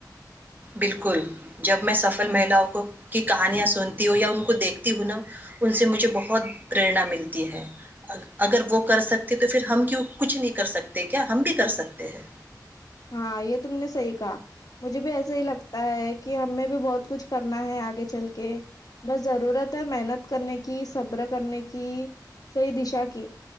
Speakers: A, on the right (about 25°); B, on the left (about 55°).
A: بالکل جب میں سفل مہیلاؤں کو کی کہانیاں سنتی ہوں یا ان کو دیکھتی ہوں نا ان سے مجھے بہت پرنا ملتی ہے اگر وہ کر سکتے تو پھر ہم کیوں کچھ نہیں کر سکتے کیا ہم بھی کر سکتے ہیں
B: ہاں یہ تم نے صحیح کہا مجھے بھی ایسا ہی لگتا ہے کہ ہمیں بھی بہت کچھ کرنا ہے آگے چل کے بس ضرورت ہے محنت کرنے کی صبر کرنے کی صحی دشا کی